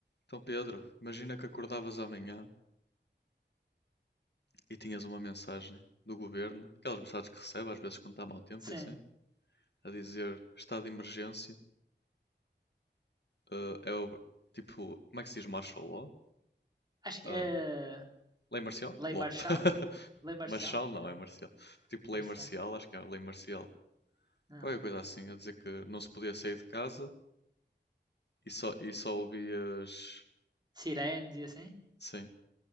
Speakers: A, on the left; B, on the right.
A: Então, Pedro, imagina que acordavas amanhã e tinhas uma mensagem do governo, aquelas mensagens que recebe às vezes quando está mau tempo
B: Sim.
A: e assim, a dizer estado de emergência, eh, é ob- tipo, como é que se diz martial law?
B: Acho que.
A: Eh,
B: eh,
A: lei marcial?
B: lei
A: LOL.
B: Marcial?
A: <laughs>
B: Lei Marcial?
A: Marshall não,
B: Não,
A: é marcial. Tipo
B: Marcial.
A: lei marcial, acho que é lei marcial.
B: Não.
A: Qualquer coisa assim, a dizer que não se podia sair de casa e só, e só ouvias,
B: Sirenes e assim?
A: sim,